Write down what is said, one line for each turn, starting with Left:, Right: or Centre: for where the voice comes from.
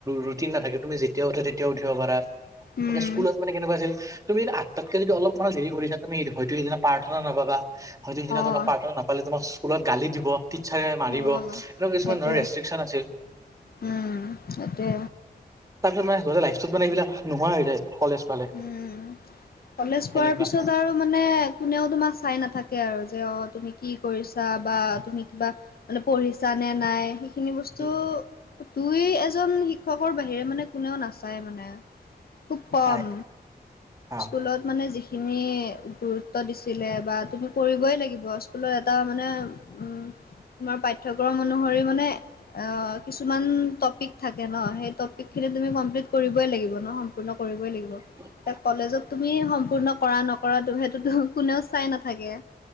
Right: ৰুটিন নাথাকে তুমি যেতিয়া উঠে তেতিয়াও উঠিব পাৰা।
Left: উম।
Right: এতিয়া স্কুলত মানে কেনেকুৱা আছিল তুমি আটতকে যদি অলপ- মানে দেৰি কৰিছা তুমি হয়তো সিদিনা প্ৰাৰ্থনা নাপাবা হয়তো সিদিনা
Left: অ',
Right: তোমাক প্ৰাৰ্থনা নাপালে তোমাক- কুলত গালি দিব। টিটছাৰে মাৰিব
Left: অ',
Right: এনেকুৱা কিছুমান
Left: সেইটোৱে
Right: ধৰ ৰেষ্ট্ৰিকচন আছিল।
Left: উম, সেইটোৱে
Right: তাপিছত মানে লাইফচটোত মানে এইবিলাক নোহোৱা হৈ যায় কলেজ পালে।
Left: উম। কলেজ
Right: সেনেকুৱা
Left: পোৱাৰ পিছত আৰু মানে- কোনেও তোমাক চাই নাথাকে আৰু যে অ তুমি কি কৰিছা বা তুমি কিবা- মানে পঢ়িছা নে নাই- সেইখিনি বস্তু
Right: উম
Left: দুই এজন শিক্ষকৰ বাহিৰে মানে কোনেও নাচায় মানে। খুব কম
Right: হয় অ
Left: স্কুলত মানে যিখ- খিনি গুৰুত্ব দিছিলে বা তুমি কৰিবই লাগিব। হলো এটা মানে উম' তোমাৰ পাঠ্যক্ৰম অনুসৰি মানে অঁ কিছুমান টপিক- থাকে ন সেই টপিকখিনি তুমি কমপ্লিট কৰিবই লাগিব ন সম্পূৰ্ণ কৰিবই লাগিব।
Right: <unintelligible>
Left: এ কলেজত তুমি সম্পূৰ্ণ কৰা নকৰাটো সেইটোটো কোনেও চাই নাথাকে।